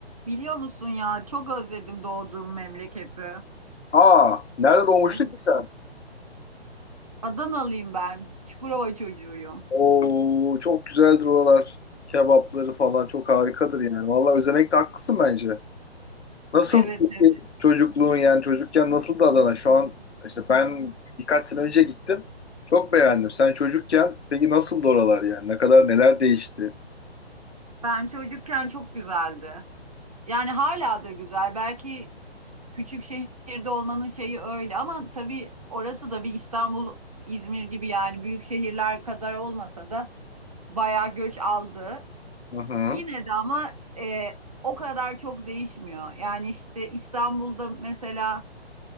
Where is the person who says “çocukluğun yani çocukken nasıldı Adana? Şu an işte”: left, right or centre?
Left